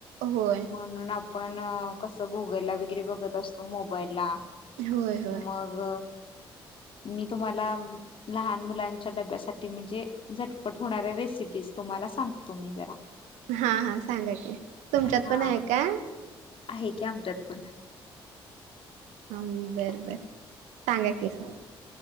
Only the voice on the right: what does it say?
होय
होय होय
हा, हा सांगा की तुमच्यात
पण आहे काय
हम,
बरं बर सांगा कि सांग.